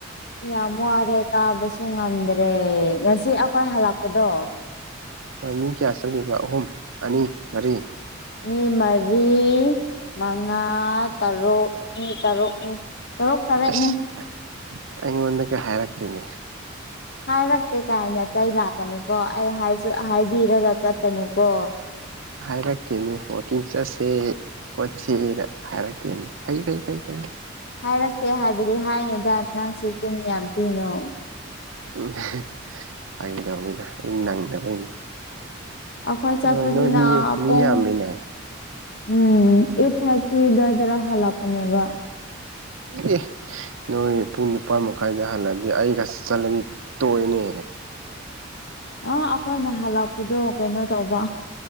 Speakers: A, on the left; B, on the right.
A: ꯌꯥꯝ ꯋꯥꯔꯦ ꯀꯥꯕꯁꯨ ꯉꯝꯗ꯭ꯔꯦ ꯉꯁꯤ ꯑꯩꯈꯣꯏ ꯍꯜꯂꯛꯄꯗꯣ
B: ꯃꯣꯏ ꯃꯤ ꯀꯌꯥ ꯆꯠꯂꯤꯕ ꯑꯍꯨꯝ ꯑꯅꯤ ꯃꯔꯤ
A: ꯃꯤ ꯃꯔꯤ ꯃꯉꯥ ꯇꯔꯨꯛ ꯃꯤ ꯇꯔꯨꯛꯅꯤ ꯇꯔꯨꯛ ꯇꯔꯦꯠꯅꯦ
B: ꯑꯁ ꯑꯩꯉꯣꯟꯗꯒ ꯍꯥꯏꯔꯛꯇꯦꯅꯦ
A: ꯍꯥꯏꯔꯛꯇꯦ ꯀꯥꯏ ꯅ ꯆꯩ ꯂꯥꯛꯀꯅꯤꯀꯣ ꯑꯩ ꯍꯥꯏ ꯍꯥꯏꯕꯤꯔꯒ ꯆꯠꯄꯅꯤꯀꯣ
B: ꯍꯥꯏꯔꯛꯇꯦꯅꯦ ꯋꯥꯛꯀꯤꯡ ꯆꯠꯁꯦ ꯈꯣꯠꯁꯦꯅ ꯍꯥꯏꯔꯛ ꯐꯩ ꯐꯩ ꯐꯩ ꯐꯩ
A: ꯍꯥꯏꯔꯛꯇꯦ ꯍꯥꯏꯕꯗꯤ ꯍꯥꯏꯅꯨꯗ ꯅꯪꯁꯤ ꯆꯤꯟ ꯌꯥꯝ ꯄꯤꯅꯣ
B: ꯎꯝ ꯐꯒꯤ ꯇꯧꯅꯤꯗꯥ ꯑꯩ ꯅꯪꯗꯕꯩꯅꯤ
A: ꯑꯈꯣꯏ ꯆꯠꯄꯁꯤꯅ
B: ꯍꯣꯏ ꯅꯣꯏ ꯃꯤ ꯃꯤ
A: ꯄꯨꯡ
B: ꯌꯥꯝꯃꯤꯅ
A: ꯎꯝ ꯑꯩꯠ ꯊꯥꯔꯇꯤ ꯗꯖꯔ ꯍꯂꯛꯄꯅꯦꯕ
B: ꯑꯦ ꯅꯣꯏ ꯄꯨꯡ ꯅꯤꯄꯥꯥꯟ ꯃꯈꯥꯏꯗ ꯍꯜꯂꯗꯤ ꯑꯩꯒ ꯆꯠꯂꯗꯤ ꯇꯣꯏꯅꯦ
A: ꯑ ꯑꯩꯈꯣꯏꯅ ꯍꯜꯂꯛꯄꯗꯣ ꯀꯩꯅꯣ ꯇꯧꯕ